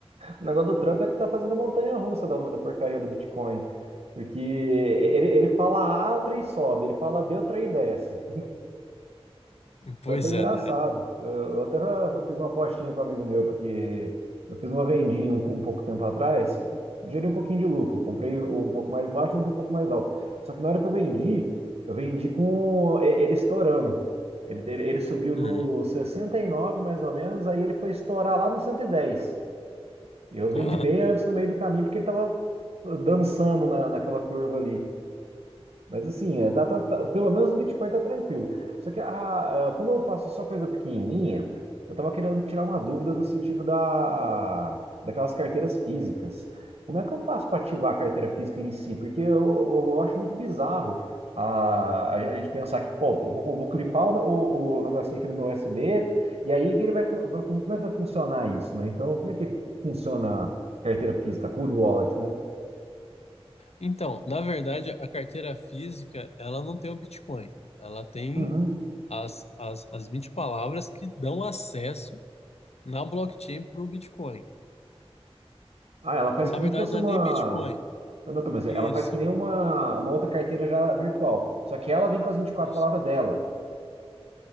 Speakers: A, on the right; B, on the left.
A: O negócio do Trump é que tá fazendo a montanha russa da, da porcaria do Bitcoin. Porque ele, ele fala A, o trem sobe, ele fala B, o trem desce.
B: Pois
A: Foi até engraçado.
B: é, né?
A: Eu, eu até fiz uma apostinha com um amigo meu, porque eu fiz uma vendinha um, um pouco tempo atrás, gerei um pouquinho de lucro. Eu comprei um pouco mais baixo, vendi um pouco mais alto. Só que na hora que eu vendi, eu vendi com e- ele estourando. Ele, ele, ele subiu do
B: Uhum.
A: 69 mais ou menos, aí ele foi estourar lá no 110. E dez. E eu vendi
B: Aham.
A: bem antes no meio do caminho, porque ele estava dançando na, naquela curva ali. Mas assim, é, tá- tá- tá- pelo menos o Bitcoin tá tranquilo. Só que a, a- como eu faço só coisa pequenininha, eu tava querendo tirar uma dúvida do sentido da, daquelas carteiras físicas. Como é que eu faço para ativar a carteira física em si? Porque eu, eu acho muito bizarro a, a gente pensar que, pô, eu vou, vou clipar o, o, o negocinho aqui no meu USB, e aí que ele vai, vai- como é que vai funcionar isso, né? Então, como é que funciona a carteira física, a cold wallet, né?
B: Então, na verdade, a carteira física, ela não tem o Bitcoin. Ela tem
A: Uhum.
B: as, as, as 20 palavras que dão acesso na blockchain para o Bitcoin.
A: Ah, ela faz
B: Que na
A: que nem
B: verdade
A: fosse
B: não
A: uma.
B: é nem Bitcoin.
A: Ah, Não, tô, mas
B: Isso,
A: ela faz que nem uma, uma outra carteira já virtual. Só que ela vem com as vinte e quatro
B: isso.
A: palavras dela,